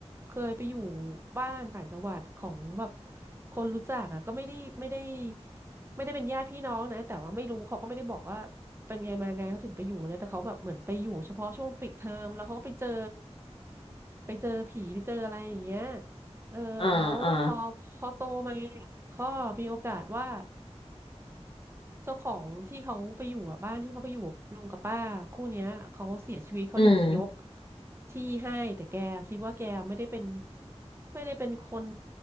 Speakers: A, on the right; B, on the left.
A: เคยไปอยู่บ้านต่างจังหวัดของแบบคนรู้จักอ่ะก็ไม่ได้ไม่ได้ ไม่ได้เป็นญาติพี่น้องนะแต่ว่าไม่รู้เขาก็ไม่ได้บอกว่าเป็นไงมาไงเขาถึงไปอยู่นะแต่เขาแบบเหมือนไปอยู่เฉพาะช่วงปิดเทอมแล้วเขาก็ไปเจอไปเจอผีไปเจออะไรอย่างเงี้ยเออแล้วพอพอโตมา
B: อ่าอ่า
A: ก็มีโอกาสว่า เจ้าของที่เขาไปอยู่อ่ะบ้านที่เขาไปอยู่ลุงกับป้าคู่เนี้ยเขาเสียชีวิตเขาอยากจะยก
B: อืม
A: ที่ให้แต่แกคิดว่าแกไม่ได้เป็นไม่ได้เป็นคน